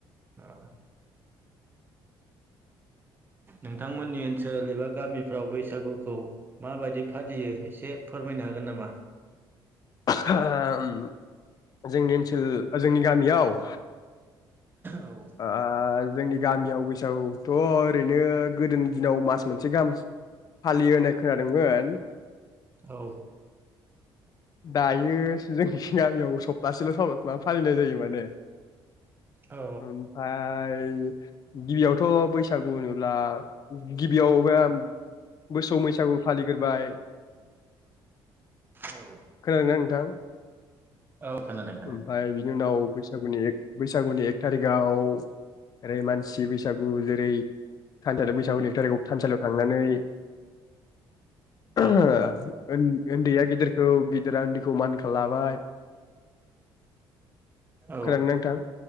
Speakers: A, on the right; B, on the left.
A: ओ नोंथांमोननि ओनसोल एबा गामिफ्राव बैसागुखौ माबायदि फालियो एसे फोरमायनो हागोन नामा?
B: <unintelligible> जोंनि ओनसोल जोंनि गामियाव
A: औ।
B: ओ जोंनि गामियाव बैसागुथ' ओरैनो गोदोनि दिनाव मास मोनसे गाहाम फालियो होननाय खोनादोंमोन।
A: औ।
B: दायो जों गामियाव सप्तासेल' सा फालिनाय जायो माने।
A: औ
B: ओमफाय गिबियावथ' बैसागु होनोब्ला गिबियाव बे मोसौ बैसागु फालिग्रोबाय
A: औ
B: खोनादोंना नोंथां?
A: औ खोनादों खो
B: ओमफाय बिनि उनाव बैसागुनि एक बैसागुनि एक थारिखाव ओरै मानसि बैसागु जेरै <unintelligible> <unintelligible> थानसालियाव थांनानै <unintelligible> <unintelligible>
A: औ
B: उैन्दैया गेदेर खौ गिदिरा उन्दखौ मान खालाम। <unintelligible> खोनादोंना
A: औ
B: नोंथां